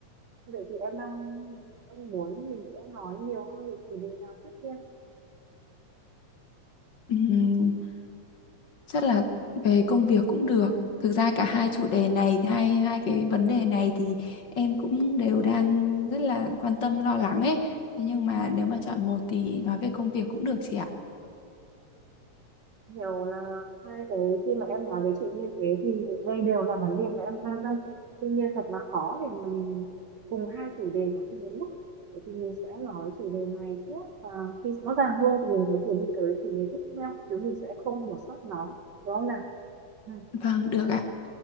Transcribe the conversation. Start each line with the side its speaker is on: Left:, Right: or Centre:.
Right: Vậy thì em đang anh muốn mình sẽ nói nhiều hơn về chủ đề nào trước tiên.
Left: Ừm, chắc là về công việc cũng được thực ra cả hai chủ đề này hai hai cái vấn đề này thì em cũng đều đang rất là quan tâm lo lắng ấy thế nhưng mà nếu mà chọn một thì nói về công việc cũng được chị ạ
Right: hiểu là hai cái khi mà em nói về chuyện như thế thì đây đều là vấn đề mà em quan tâm tuy nhiên thật là khó để mà mình cùng hai chủ đề nó cùng một lúc vậy thì mình sẽ nói chủ đề này trước và khi rõ ràng hơn thì mình có thể đi tới chủ đề tiếp theo chứ mình sẽ không bỏ sót nó đúng không nào ừ.
Left: Vâng, được ạ.